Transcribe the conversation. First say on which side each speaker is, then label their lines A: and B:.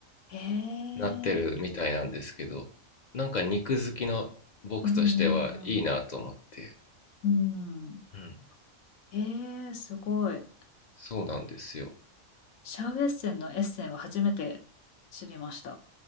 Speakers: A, on the left; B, on the left.
A: へえ、
B: なってるみたいなんですけど、なんか肉好きの僕としてはいいなと思って、
A: うんうんうん。うん。
B: うん、
A: ええ、すごい。
B: そうなんですよ。
A: シャウエッセンのエッセンは初めて知りました。